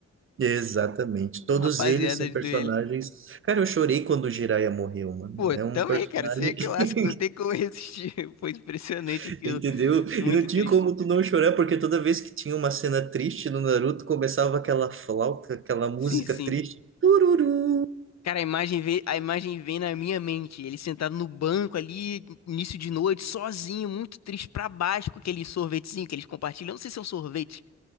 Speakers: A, on the right (about 45°); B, on the left (about 60°).
A: Exatamente. Todos
B: rapaziada
A: eles são
B: dele.
A: personagens. Cara, eu chorei quando o Jiraiya morreu, mano.
B: Pô,
A: É um
B: também,
A: personagem
B: cara, isso aí é clássico,
A: que,
B: não tem como resistir. <laughs> Foi impressionante
A: <laughs>
B: aquilo.
A: entendeu? E
B: Muito
A: não tinha
B: triste.
A: como tu não chorar, porque toda vez que tinha uma cena triste no Naruto, começava aquela flauta, aquela música
B: Sim, sim.
A: triste. Tururu.
B: Cara, a imagem vem, a imagem vem na minha mente. Ele sentado no banco ali, início de noite, sozinho, muito triste, pra baixo, com aquele sorvetezinho que eles compartilham. Eu não sei se é um sorvete,